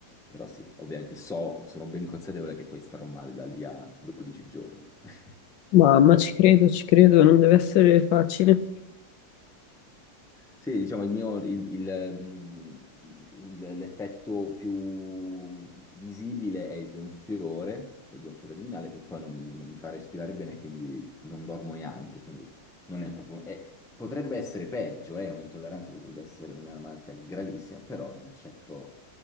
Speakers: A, in the centre; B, on the left.
A: Però sì, ovviamente so, sono ben consapevole che poi starò male da lì a 12 giorni. <laughs>
B: Mamma, ci credo, ci credo, non deve essere facile.
A: Sì, diciamo, il mio, il- il, ehm, il- l'effetto più visibile è il gonfiore, il gonfiore addominale, che poi non, non mi fa respirare bene, quindi non dormo neanche, quindi non è proprio... è- potrebbe essere peggio, eh, un'intolleranza potrebbe essere, non è una malattia gravissima, però non eccetto